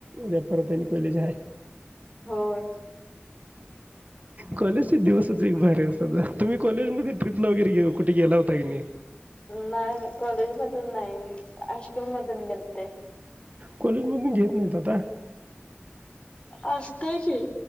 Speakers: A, on the right; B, on the left.
A: उद्या परत आणि कॉलेज हाय,
B: होय..
A: कॉलेजचे दिवसच एक भारी असतात. तुम्ही कॉलेज मध्ये ट्रिपला वगैरे गेलो कुठे गेला होता की नाही.
B: नाय मी कॉलेज मधून नाही हायस्कूल मधून गेलते.
A: कॉलेज मधून घेत नाहीत आता,
B: असतय की